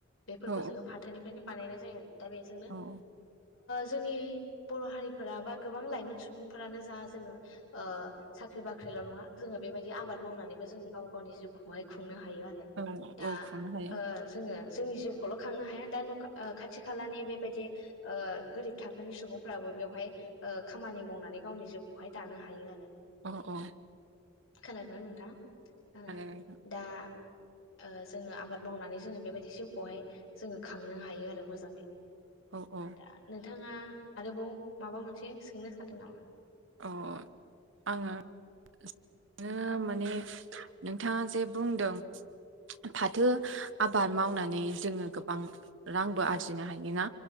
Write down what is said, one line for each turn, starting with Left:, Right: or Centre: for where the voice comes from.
Left: बेफोरखौ
Right: औ
Left: जोङो फाथोनिफ्रायनो बानायनाय जायो आरो दा बेजोंनो
Right: औ
Left: जोंनि बर' हारिफोरा बा गोबां लाइमोन सुबुंफोरानो जा जोङो ओ सा ख्रि-बाख्रिल' नङा जोङो बेबायदि आबाद मावनानैबो जोङो गाव गावनि जिउखौहाय खुंनो हायो।
Right: औ
Left: दा
Right: औ खुंनो हायो
Left: ओ जोङो जोंनि जिउखौल' खांनो हाया। दा न' खाथि खालानि बेबायदि ओ गोरिब थाखोनि सुबुंफ्राबो बेवहाय ओ खामानि मावनानै गावनि जिउखौहाय दानो हायो आरो।
Right: अ' अ'
Left: खोनादोंना नोंथां ओ
Right: नोंथां
Left: दा ओ जोङो आबाद मावनानै जोङो बेबायदि जिउखौहाय जोङो खांनो हायो आरो मोजाङै।
Right: औ औ
Left: दा नोंथाङा आरोबाव माबा मोनसे सोंनो सानदों नामा?
Right: अ' आङो <unintelligible> माने नोंथाङा जे बुंदों फाथो आबाद मावनानै जोङो गोबां रांबो आरजिनो हायोना